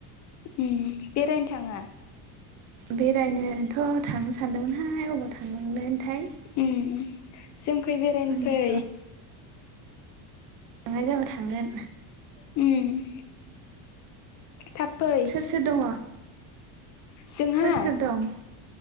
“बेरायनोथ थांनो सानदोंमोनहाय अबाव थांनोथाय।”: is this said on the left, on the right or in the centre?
Right